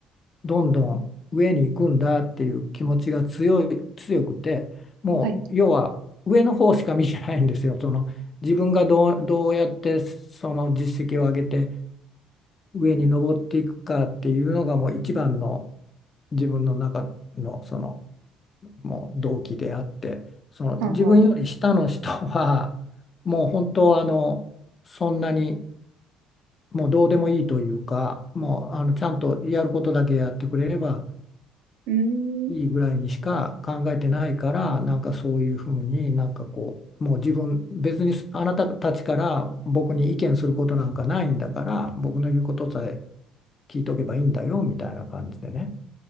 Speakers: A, on the left; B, on the right.
A: どんどん上に行くんだっていう気持ちが強い、強くてもう要は上の方しか見てないんですよ。
B: はい、
A: その自分がどう、どうやってその実績を上げて上に上っていくかっていうのがもう一番の自分の中のそのもう動機であってその自分より下の人は
B: はんはん。う
A: もう本当はあのそんなにもうどうでもいいというか、もうあのちゃんとやることだけやってくれれば
B: ーん、
A: いいぐらいにしか考えてないから、なんかそういうふうになんかこう、もう自分、別にあなたたちから僕に意見することなんかないんだから、僕の言うことさえ聞いとけばいいんだよみたいな感じでね、